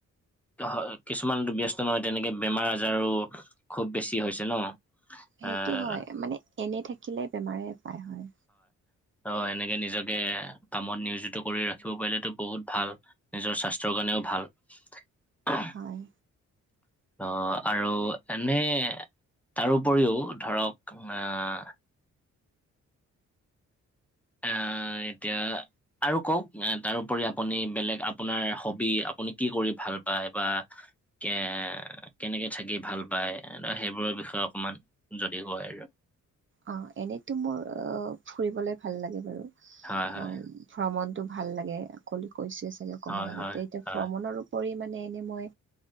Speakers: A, in the centre; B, on the right (about 40°).
A: অ হ কিছুমানটো ব্যস্ত নহয় তেনেকে বেমাৰ আজাৰো খুব বেছি হৈছে ন।
B: সেইটো
A: আহ
B: হয় মানে এনেই থাকিলে বেমাৰে পায় হয়।
A: অ এনেকে নিজকে কামত নিয়োজিত কৰি ৰাখিব পাৰিলেটো বহুত ভাল। নিজৰ স্বাস্থ্য চৰ কাৰণেও ভাল।
B: হয়
A: ত আৰু এনেই তাৰ উপৰিও ধৰক আহ আহ এতিয়া আৰু কওক? তাৰোপৰি আপুনি বেলেগ আপোনাৰ হবি আপুনি কি কৰি ভাল পায় বা কে কেনেকে থাকি ভাল পায় সেইবোৰৰ বিষয়ে অকমান? যদি কয় আৰু?
B: অ এনেইতো মোৰ অ ফুৰিবলে ভাল লাগে বাৰু।
A: হয় হয়
B: অ ভ্ৰমণটো ভাল লাগে। অকলো কৈছোৱে চাগে অকণমান
A: হয়
B: আগতে।
A: হয়
B: এতিয়া
A: হয়
B: ভ্ৰমণৰ উপৰি মানে এনেই মই